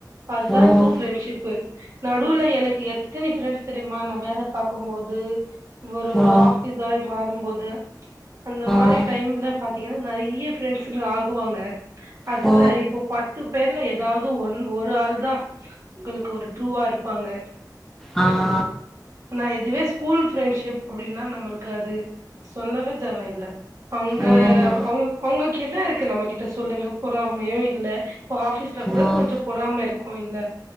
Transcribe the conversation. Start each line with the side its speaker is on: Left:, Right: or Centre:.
Right: அதுதா
Centre: ம்
Right: ட்ரூ ஃப்ரெண்ட்ஷிப்பு நடுவுல எனக்கு எத்தினி ஃப்ரெண்ட்ஸ் தெரியுமா நா வேல பாக்கும்போது ஒரு ஒரு
Centre: ஆ
Right: ஹாஸ் ஹிசாய் மாறும்போது அந்த மாரி
Centre: ஆ
Right: டைம்ல பாத்தீங்கன்னா நெறைய ஃப்ரெண்ட்ஸுங்க ஆகுவாங்க அதுல
Centre: ஓ
Right: இப்போ பத் பத்து பேர்ல எதாவுது ஒன் ஒரு ஆள் தா உங்களுக்கு ஒரு ட்ரூவா இருப்பாங்க
Centre: ஆ
Right: ஆனா இதுவே ஸ்கூல் ஃப்ரெண்ட்ஷிப் அப்டின்னா நம்மளுக்கு அது சொல்லவே தேவயில்ல அங்க
Centre: ம்
Right: அவுங்க அவுங்களுக்கு என்ன இருக்கு நம்மகிட்ட சொல்லுங்க பொறாமையு இல்ல இப்ப ஆஃபீஸ்ல கூட
Centre: ம்
Right: கொஞ்சோ பொறாம இருக்கு இல்ல